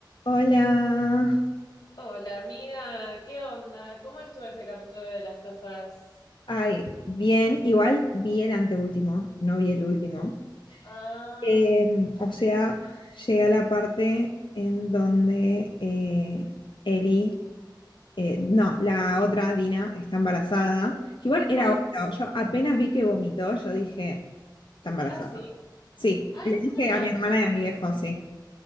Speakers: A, on the left; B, on the left.
A: Hola.
B: Hola amiga, ¿qué onda? ¿Cómo estuvo ese capítulo de las tofas?
A: Ay, bien, igual vi el anteúltimo, no vi el último.
B: Ah,
A: Em, o sea, llega la parte en donde eh, Eli, eh, no, la otra Dina está embarazada, que igual era
B: ay,
A: obvio,
B: sí.
A: yo apenas vi que vomitó, yo dije, está embarazada.
B: ah, sí.
A: Sí,
B: Ay,
A: le
B: yo
A: dije
B: no
A: a
B: me.
A: mi hermana
B: yo-
A: y a mi viejo, sí.